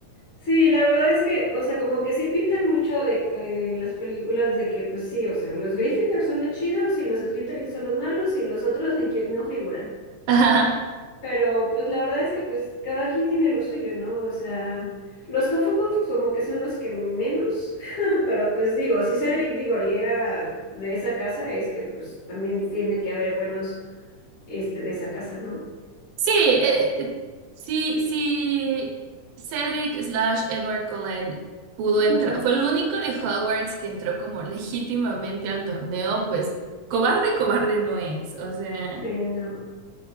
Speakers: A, on the left (about 50°); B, on the right (about 80°).
A: Sí, la verdad es que, o sea, como que sí pintan mucho de, eh, en las películas de que, pues sí, o sea, los Gryffindor son los chidos y los Slytherin son los malos y los otros ni quien no figuran.
B: <laughs> Ajá.
A: Pero pues la verdad es que pues cada quien tiene lo suyo, ¿no? O sea, los Hufflepuff como que son los que menos, <laughs> pero pues digo, si Cedric Diggory era de esa casa, es que pues también tiene que haber buenos, este, de esa casa, ¿no?
B: Sí, eh, eh, sí, sí, Cedric slash Edward Cullen pudo entrar,
A: <laughs>
B: fue el único de Hogwarts que entró como legítimamente al torneo, pues cobarde, cobarde no es, o sea.
A: Sí, no.